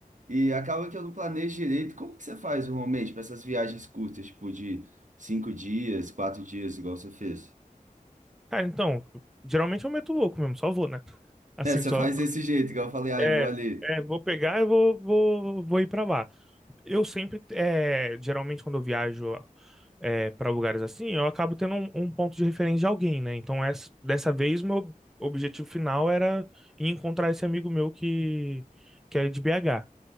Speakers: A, on the right (about 60°); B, in the centre.
A: E acaba que eu não planejo direito. Como que você faz normalmente para essas viagens curtas, tipo, de Cinco dias, quatro dias, igual você fez.
B: Cara, então, geralmente eu meto o louco mesmo, só vou, né? <laughs> Assim,
A: É, você
B: só.
A: faz desse jeito, igual eu falei, ah,
B: É,
A: eu vou ali.
B: é, vou pegar e vou, vou, vou ir pra lá. Eu sempre, é, geralmente quando eu viajo é, para lugares assim, eu acabo tendo um, um ponto de referência de alguém, né? Então essa, dessa vez meu objetivo final era ir encontrar esse amigo meu que, que é de BH.